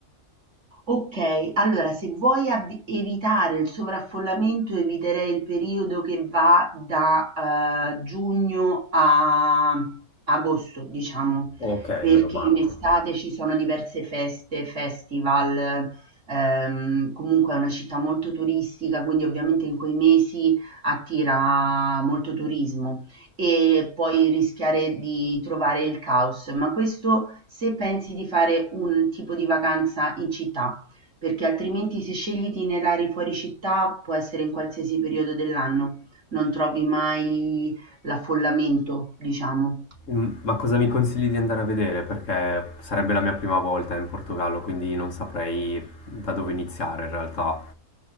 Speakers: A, on the right (about 50°); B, on the left (about 55°).
A: Ok, allora se vuoi av- evitare il sovraffollamento, eviterei il periodo che va da eh, giugno a agosto, diciamo,
B: Ok,
A: perché
B: me lo marco.
A: in estate ci sono diverse feste, festival, ehm, comunque è una città molto turistica, quindi ovviamente in quei mesi attira molto turismo e puoi rischiare di trovare il caos, ma questo se pensi di fare un tipo di vacanza in città perché altrimenti se scegli itinerari fuori città può essere in qualsiasi periodo dell'anno, non trovi mai l'affollamento, diciamo.
B: Mm, Ma cosa mi consigli di andare a vedere? Perché sarebbe la mia prima volta in Portogallo, quindi non saprei da dove iniziare in realtà.